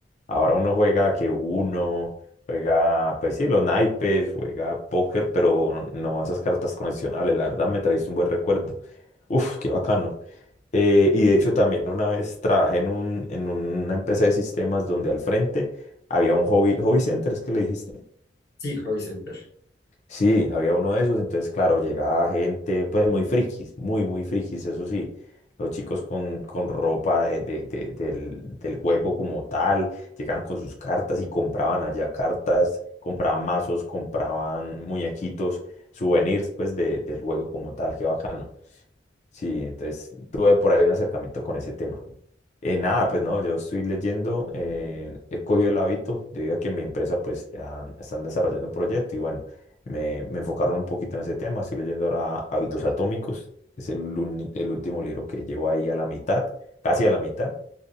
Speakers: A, on the left (about 40°); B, on the left (about 60°).
A: Ahora uno juega que uno, juega, pues sí, los naipes, juega póker, pero no esas cartas coleccionables. La verdad me traíste un buen recuerdo. Uf, qué bacano. Eh, y de hecho también una vez trabajé en un, en una empresa de sistemas donde al frente había un hobby, hobby center, es que le dijiste.
B: Sí, Hobby Center.
A: Sí, había uno de esos, entonces claro, llegaba gente pues muy frikis, muy, muy frikis, eso sí. Los chicos con, con ropa de- de- de- del, del juego como tal, llegaban con sus cartas y compraban allá cartas, compraban mazos, compraban muñequitos, souvenirs pues de- del juego como tal, qué bacano. Sí, entonces tuve por ahí un acercamiento con ese tema. Eh, nada, pues no, yo estoy leyendo, eh, he cogido el hábito debido a que en mi empresa pues han- están desarrollando un proyecto y bueno, me, me enfocaron un poquito en ese tema. Estoy leyendo ahora Hábitos Atómicos, es el, uni- el último libro que llevo ahí a la mitad, casi a la mitad.